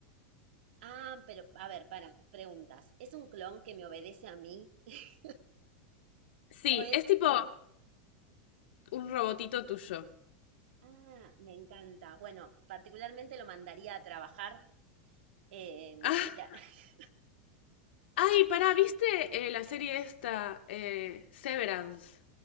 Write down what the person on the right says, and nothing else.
Ah, pero, a ver, para, preguntas. ¿Es un clon que me obedece a mí? <laughs>
¿O es...?
Ah, me encanta. Bueno, particularmente lo mandaría a trabajar. eh,
ya. <laughs>